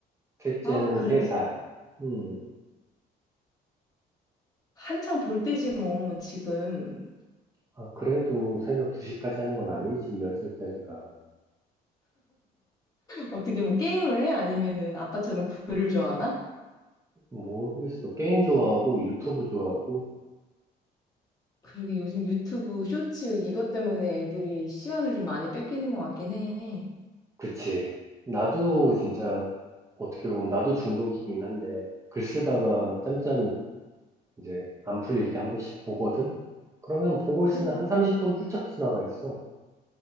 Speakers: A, on the right (about 15°); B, on the left (about 20°).
A: 셋째는
B: 아, 그래.
A: 3살. 음.
B: 한창 볼 때지 뭐, 지금.
A: 아, 그래도 새벽 2시까지 하는 건 아니지, 10살짜리가.
B: 어떻게 뭐 게임을 해? 아니면은 아빠처럼 글을 좋아하나?
A: 모르겠어. 게임 좋아하고 유튜브 좋아하고.
B: 그러게 요즘 유튜브 쇼츠 이것 때문에 애들이 시간을 좀 많이 뺏기는 것 같긴 해.
A: 그치. 나도 진짜 어떻게 보면 나도 중독이긴 한데 글 쓰다가 짬짬이 이제 안 풀릴 때 한 번씩 보거든? 그러면 보고
B: 그래,
A: 있으면 한 30분 훌쩍 지나가 있어.